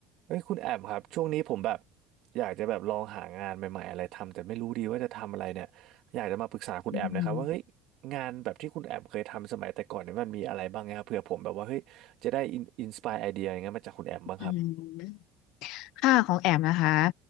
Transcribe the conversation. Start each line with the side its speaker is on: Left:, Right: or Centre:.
Right: เอ้ยคุณแอมครับช่วงนี้ผมแบบอยากจะแบบลองหางานใหม่ๆอะไรทำแต่ไม่รู้ดีว่าจะทำอะไรเนี่ยอยากจะมาปรึกษาคุณแอมนะครับว่าเฮ้ย
Left: อืม
Right: งานแบบที่คุณแอมเคยทำสมัยแต่ก่อนเนี่ยมันมีอะไรบ้างนะครับเผื่อผมแบบว่าเฮ้ยจะได้อินอินสปายไอเดียอย่างเงี้ยมาจากคุณแอมบ้างครับ
Left: อืมค่าของแอมนะคะ